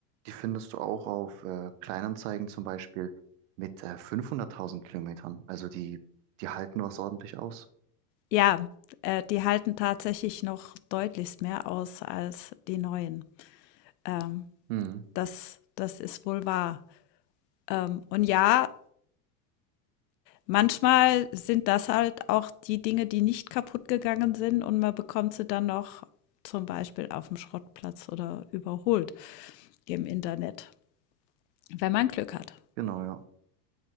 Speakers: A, on the right; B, on the left.
A: die findest du auch auf äh, Kleinanzeigen zum Beispiel mit äh, 500.000 Kilometern. Also die, die halten was ordentlich aus.
B: Ja, äh, die halten tatsächlich noch deutlichst mehr aus als die neuen. Ähm,
A: Hm,
B: das, das ist wohl wahr. Ähm, und ja, manchmal sind das halt auch die Dinge, die nicht kaputt gegangen sind und man bekommt sie dann noch zum Beispiel auf dem Schrottplatz oder überholt im Internet, wenn man Glück hat.
A: genau, ja.